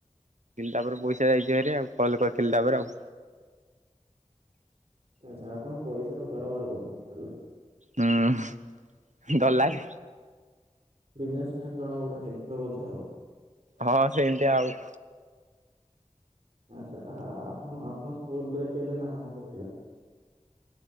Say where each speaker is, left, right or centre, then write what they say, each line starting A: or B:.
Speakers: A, on the right (about 75°); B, on the right (about 55°).
A: ତାପରେ ପଇସା ଯାଇଛିରେ ଆଉ କଲ କରିଥିଲି ତାପରେ ଆଉ।
B: ଆଚ୍ଛା ଆପଣ ପଇସାର କାରବାର କରୁଛନ୍ତି ତାହେଲେ।
A: ହୁଁ ଦର ଲ <inaudible>
B: ବିଜନେସମ୍ୟାନ୍ ଜଣେ ଗୋଟେ ହେଇଥିବାେ ବୋଧେ ଆଉ।
A: ହଁ ସେମିତି ଆଉ।
B: ଆପଣ ଆପଣ ସ୍କୁଲ ରେ କେବେ ନା ମ ଥିଲା।